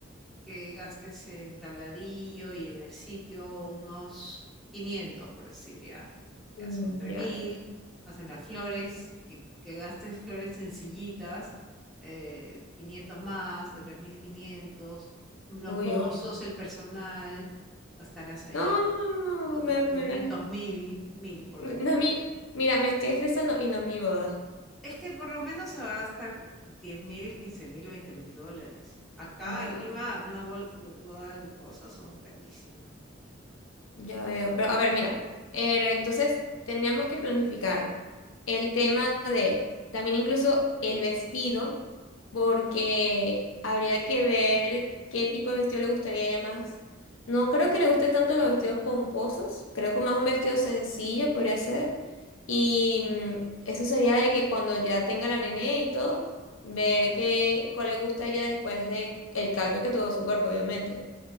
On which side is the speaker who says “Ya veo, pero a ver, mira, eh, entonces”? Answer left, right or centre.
Left